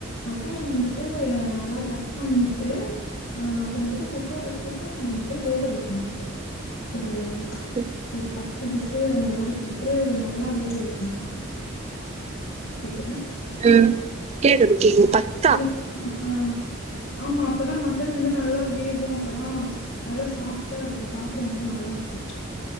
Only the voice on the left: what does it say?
மட்டன் வந்துட்டு நல்லா கட் பண்ணிட்டு அ அத வந்துட்டு குக்கர் குக்கர் நம்ம வந்துட்டு வேக வைக்கணும் ஒரு
ஒரு பத்து விசில் அந்த மாரி போட்டு நல்லா வேக வைக்கணும் கேக்குதா
ஐக் ஆ ஆமா அப்பதா மட்டன் வந்து நல்லா வேகும் அப்பதா நல்லா சாஃப்ட்டா இருக்கும் சாப்டும்போது நல்லா இருக்கும்